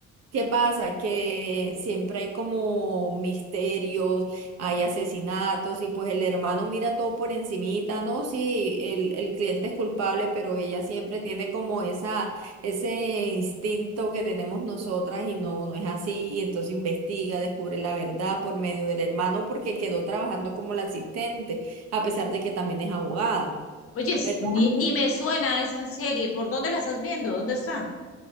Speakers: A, on the right (about 55°); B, on the left (about 50°).
A: ¿Qué pasa? Que siempre hay como misterios, hay asesinatos y pues el hermano mira todo por encimita, ¿no? Sí, el, el cliente es culpable, pero ella siempre tiene como esa, ese instinto que tenemos nosotras y no, no es así. Y entonces investiga, descubre la verdad por medio del hermano porque quedó trabajando como la asistente, a pesar de que también es abogada,
B: Oye, es-
A: ¿verdad?
B: ni, ni me suena esa serie. ¿Por dónde la estás viendo? ¿Dónde está?